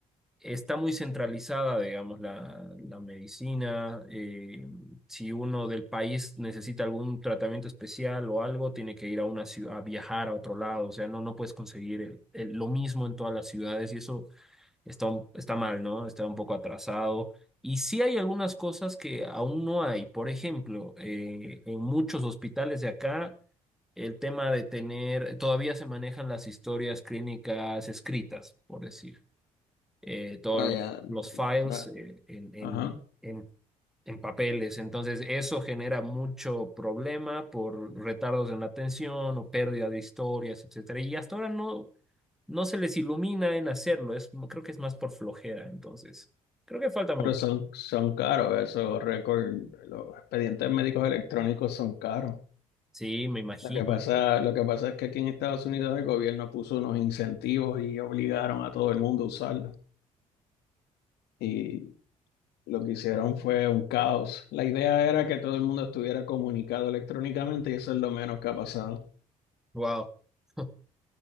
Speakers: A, in the centre; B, on the left.
A: está muy centralizada, digamos, la, la medicina. Eh, si uno del país necesita algún tratamiento especial o algo, tiene que ir a una ciudad, a viajar a otro lado. O sea, no, no puedes conseguir el- el- lo mismo en todas las ciudades y eso está, un- está mal, ¿no? Está un poco atrasado. Y sí hay algunas cosas que aún no hay. Por ejemplo, eh, en muchos hospitales de acá, el tema de tener, todavía se manejan las historias clínicas escritas, por decir, eh, todos
B: Ah,
A: los,
B: ya,
A: los files
B: no, no.
A: eh, en, en,
B: Ajá.
A: en, en papeles. Entonces, eso genera mucho problema por retardos en la atención o pérdida de historias, etcétera. Y hasta ahora no no se les ilumina en hacerlo, es, creo que es más por flojera, entonces, creo que falta mucho.
B: Pero son, son caros esos récords, los expedientes médicos electrónicos son caros.
A: Sí, me imagino.
B: Lo que pasa, lo que pasa es que aquí en Estados Unidos el gobierno puso unos incentivos y obligaron a todo el mundo a usarlo. Y lo que hicieron fue un caos. La idea era que todo el mundo estuviera comunicado electrónicamente y eso es lo menos que ha pasado. <laughs>
A: Wow. <laughs>